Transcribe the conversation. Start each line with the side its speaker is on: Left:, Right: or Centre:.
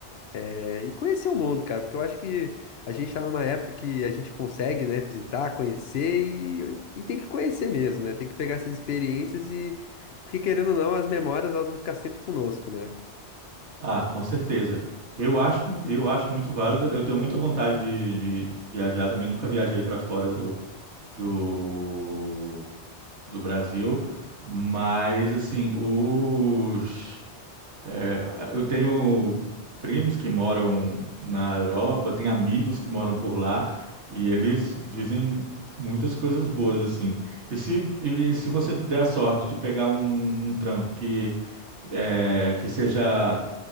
Left: É, e conhecer o mundo, cara, porque eu acho que a gente tá numa época que a gente consegue, né, visitar, conhecer e, e tem que conhecer mesmo, né? Tem que pegar essas experiências e, porque querendo ou não, as memórias elas vão ficar sempre conosco, né?
Right: Ah, com certeza. Eu acho, eu acho muito válido. Eu tenho muita vontade de, de viajar também. Nunca viajei para fora do, do, do Brasil, mas assim, os, é, eu tenho primos que moram na Europa, tenho amigos que moram por lá e eles dizem muitas coisas boas assim. E se, e se você der a sorte de pegar um, um trampo que é, que seja